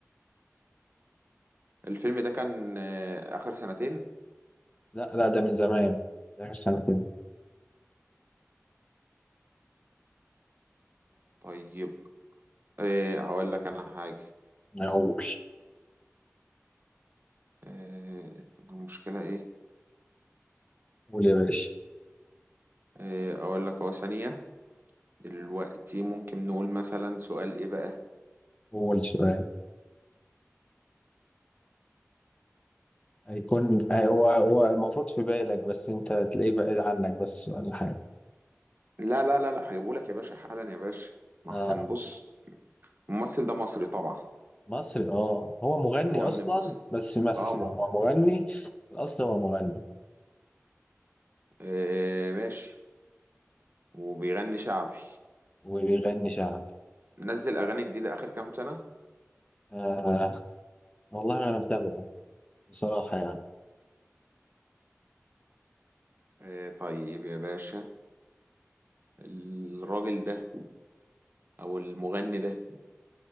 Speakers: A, on the right (about 45°); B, on the left (about 25°).
A: الفيلم ده كان آه، اخر سنتين
B: لا لا ده من زمان ده اخر سنتين
A: طيب آه، هقول لك انا حاجه
B: انا اقول
A: آه، المشكله ايه
B: قول يا باشا
A: آه، اقول لك اهو ثانيه دلوقتي ممكن نقول مثلا سؤال ايه بقى
B: قول سؤال هيكون هو هو المفروض في بالك بس انت تلاقيه بعيد عنك بس ولا حاجه
A: لا لا لا لا هجيبه لك يا باشا حالا يا باشا ما
B: اه
A: احسن بص الممثل ده مصري طبعا
B: مصري اه هو مغني
A: مغني
B: اصلا
A: مصري مصري
B: بس يمثل
A: اه مغ...
B: هو مغني في الاصل هو مغني
A: آه، ماشي وبيغني شعبي
B: وبيغني شعبي
A: نزل اغاني جديده اخر كام سنه
B: آه والله انا متابعه بصراحة يعني
A: آه طيب يا باشا الراجل ده او المغني ده